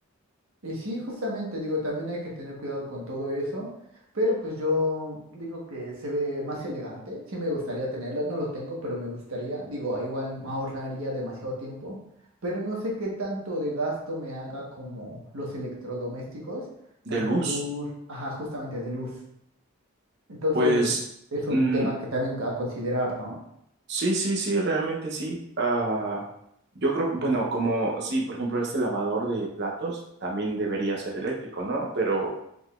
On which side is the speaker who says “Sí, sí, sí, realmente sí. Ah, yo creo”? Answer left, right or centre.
Right